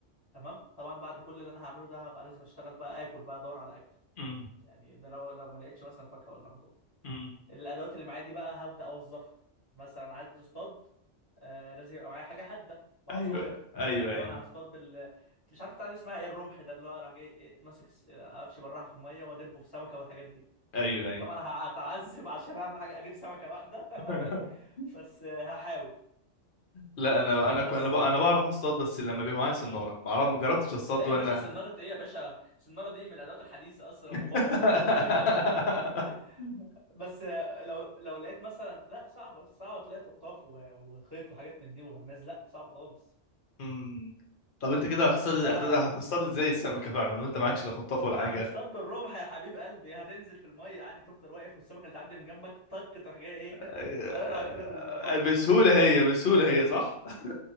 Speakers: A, on the left; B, on the left.
A: تمام طبعا بعد كل اللي انا هعمله ده هبقى لازم اشتغل بقى اكل بقى ادور على اكل
B: م-
A: يعني ده لو لو ما لقيتش مثلا فاكهه ولا خضار
B: م.
A: الادوات اللي معايا دي بقى هبدا اوظفها مثلا عايز اصطاد آه لازم يبقى معايا حاجه حاده بعصايه
B: ايوه ايوه
A: مثلا لو
B: ايوه
A: انا هصطاد بال مش عارف بتاع دي اسمها ايه الرمح ده اللي هو راح جاي إيه، ماسك الس- آه، امشي براها في الميه وادبه في سمكه والحاجات دي
B: ايوه ايوه
A: طبعا أنا هتعذب <laughs> عشان اعمل حاجه اجيب سمكه واحده
B: <laughs>
A: <laughs> بس آه، هحاول
B: لا انا انا
A: بس
B: ك- انا ب-
A: كده
B: انا بعرف اصطاد بس لما بيبقى معايا سناره ما اعرف ما جربتش اصطاد
A: لا يا
B: وانا
A: باشا سنارة ايه يا باشا السنارة دي من الادوات الحديثة اصلا ام
B: <laughs>
A: بكرة دي <laughs> بس لو لو لقيت مثلا لا صعبه صعبه تلاقي خطاف و- وخيط وحاجات من دي وغماز لا صعب خالص
B: أمم. طب انت كده هتصطاد
A: بس
B: هت-
A: فانا
B: هتصطاد ازاي السمكه فعلا وانت معكش لا خطاف ولا
A: هنصطاد
B: حاجه
A: بالرمح يا حبيب قلبي هتنزل في الميه عادي تفضل واقف والسمكه اللي تعدي من جنبك طك تروح جاي ايه
B: آه،
A: <laughs> دايرها كده بالرمح
B: بسهوله
A: ده
B: هي
A: <laughs>
B: بسهوله هي صح <laughs>